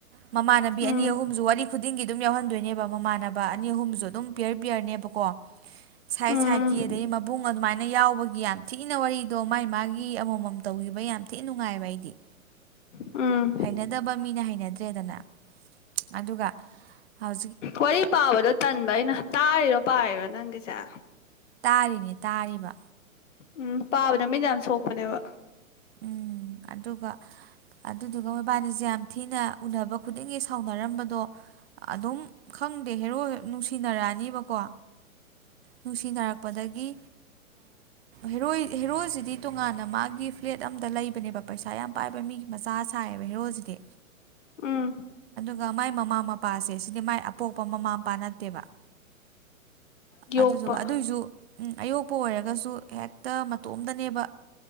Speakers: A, on the right (about 45°); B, on the left (about 60°).
A: ꯃꯃꯥꯟꯅꯕꯤ
B: ꯎꯝ
A: ꯑꯅꯤ ꯑꯍꯨꯝꯁꯨ ꯋꯥꯔꯤ ꯈꯨꯗꯤꯡꯒꯤ ꯑꯗꯨꯝ ꯌꯥꯎꯍꯟꯗꯣꯏꯅꯦꯕ ꯏꯃꯥꯟꯅꯕ ꯑꯅꯤ ꯑꯍꯨꯝꯁꯨ ꯑꯗꯨꯝ ꯄꯤꯌꯔ ꯄꯤꯌꯔꯅꯦꯕꯀꯣ ꯁꯥꯏꯠ
B: ꯎꯝ
A: ꯁꯥꯏꯠꯀꯤ ꯑꯗꯩ ꯃꯕꯨꯡ ꯑꯗꯨꯃꯥꯏꯅ ꯌꯥꯎꯕꯒꯤ ꯌꯥꯝ ꯊꯤꯅ ꯋꯥꯔꯤꯗꯣ ꯃꯥꯥꯏ ꯃꯥꯒꯤ ꯑꯃꯃꯝ ꯇꯧꯈꯤꯕ ꯌꯥꯝ ꯊꯤꯅ ꯅꯨꯡꯉꯥꯏꯕ ꯑꯩꯗꯤ
B: ꯎꯝ
A: ꯍꯩꯅꯗꯕ ꯃꯤꯅ ꯍꯩꯅꯗ ꯦꯗꯅ ꯑꯗꯨꯒ ꯍꯧ
B: ꯋꯥꯔꯤ ꯄꯥꯕꯗꯣ ꯇꯟꯕ ꯑꯩꯅ ꯇꯥꯔꯤꯔꯣ ꯄꯥꯔꯤꯔꯣ ꯅꯪꯒꯤ ꯆ
A: ꯇꯥꯔꯤꯅꯦ ꯇꯥꯔꯤꯕ
B: ꯎꯝ ꯄꯥꯕꯗ ꯃꯤꯗ ꯌꯥꯝ ꯁꯣꯛꯄꯅꯦꯕ
A: ꯎꯝ ꯑꯗꯨꯒ ꯑꯗꯨ ꯑꯗꯨꯒ ꯃꯣꯏꯕꯥꯅꯤꯁꯦ ꯌꯥꯝ ꯊꯤꯅ ꯎꯅꯕ ꯈꯨꯗꯤꯡꯒꯤ ꯁꯥꯎꯅꯔꯝꯕꯗꯣ ꯑꯗꯨꯝ ꯈꯪꯗꯦ ꯍꯦꯔꯣ ꯍꯦꯛ ꯅꯨꯡꯁꯤꯅꯔꯛꯑꯅꯦꯕꯀꯣ ꯅꯨꯡꯁꯤꯅꯔꯛꯄꯗꯒꯤ ꯍꯦꯔꯣꯏ ꯍꯦꯔꯣꯏꯁꯤꯗꯤ ꯇꯣꯉꯥꯟꯅ ꯃꯥꯒꯤ ꯄ꯭ꯂꯦꯠ ꯑꯝꯗ ꯂꯩꯕꯅꯦꯕ ꯄꯩꯁꯥ ꯌꯥꯝ ꯄꯥꯏꯕ ꯃꯤ ꯃꯆꯥ ꯁꯥꯏꯌꯦꯕ ꯍꯦꯔꯣꯁꯤꯗꯤ
B: ꯎꯝ
A: ꯒ ꯃꯥꯏ ꯃꯃꯥ ꯃꯄꯥꯁꯦ ꯁꯤꯗꯤ ꯃꯥꯏ ꯑꯄꯣꯛꯄ ꯃꯃꯥ ꯃꯄꯥ ꯅꯠꯇꯦꯕ
B: ꯌꯣꯛꯄ
A: ꯑꯗꯨꯗꯨꯒ ꯑꯗꯨꯏꯁꯨ ꯎ ꯑꯌꯣꯛꯄ ꯑꯣꯏꯔꯒꯁꯨ ꯍꯦꯛꯇ ꯃꯇꯣꯝꯇꯅꯦꯕ